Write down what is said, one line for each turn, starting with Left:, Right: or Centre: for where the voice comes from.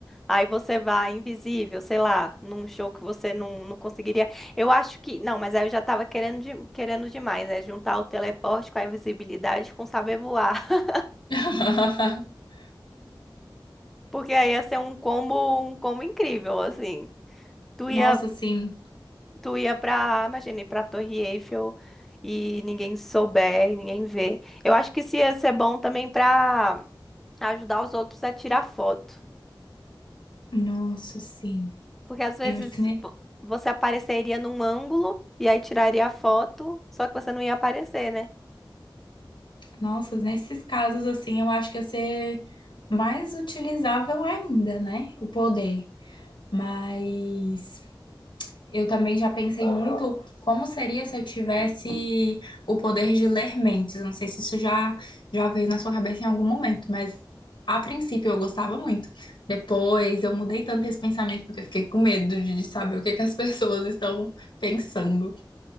Centre: aí você vai invisível, sei lá, num show que você não, não conseguiria. Eu acho que. Não, mas aí eu já tava querendo, de- querendo demais, né? Juntar o teleporte com a invisibilidade com saber voar. <laughs>
Left: <laughs>
Centre: Porque aí ia ser um combo, um combo incrível, assim. Tu
Left: Nossa,
Centre: ia,
Left: sim.
Centre: tu ia pra, imagina, ir pra Torre Eiffel e ninguém souber e ninguém vê. Eu acho que isso ia ser bom também pra ajudar os outros a tirar foto.
Left: Nossa, sim.
Centre: Porque às vezes
Left: Eu acho que, ne-
Centre: vo- você apareceria num ângulo e aí tiraria a foto, só que você não ia aparecer, né?
Left: nossa, nesses casos, assim, eu acho que ia ser mais utilizável ainda, né? O poder. Mas. Eu também já pensei muito como seria se eu tivesse o poder de ler mentes. Eu Não sei se isso já, já veio na sua cabeça em algum momento, mas a princípio eu gostava muito. Depois eu mudei tanto esse pensamento porque eu fiquei com medo de de saber o que que as <laughs> pessoas estão pensando.